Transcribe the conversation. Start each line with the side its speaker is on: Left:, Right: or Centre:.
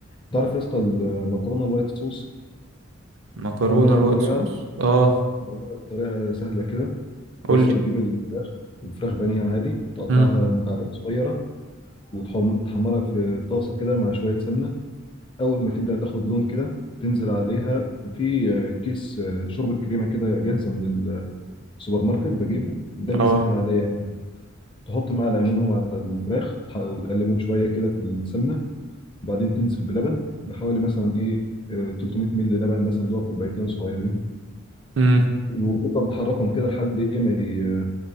Left: تعرف يا اسطى المكرونه الوايت صوص
Right: مكرونة
Left: بعملها
Right: الوايت
Left: بطريقه
Right: صوص اه
Left: بطريقه سهله كده
Right: قولي
Left: يا اسطى بتجيب الفراخ الفراخ بانيه عادي تقطعها
Right: امم
Left: مكعبات صغيره وتحمرها في طاسه كده مع شويه سمنه اول ما تبدا تاخد لون كده تنزل عليها في آه، كيس آه، شوربه كريمه كده جاهزه من السوبر ماركت بجيبه ده بيسهل
Right: اه
Left: عليا تحط معلقه منهم على الفراخ تح- وتقلبهم شويه كده في السمنه بعدين تنزل بلبن بحوالي مثلا ايه آه، 300 مللي لبن مثلا اللي هو كوبايتين صغيرين
Right: امم
Left: وتفضل تحركهم كده لحد ايه ما ي-